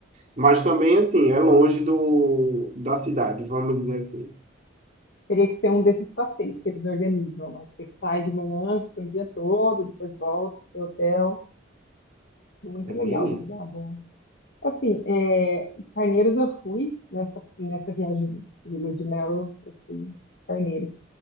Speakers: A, on the right; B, on the left.
A: Mas também, assim, é longe do, da cidade, vamos dizer assim.
B: teria que ser um desses passeios que eles organizam, né? Você sai de manhã, fica o dia todo, depois volta pro seu hotel. Muito
A: É
B: legal,
A: bem
B: obrigada.
A: isso.
B: Assim, é, Carneiros eu fui, nessa, nessa viagem de lua de mel, eu fui em Carneiros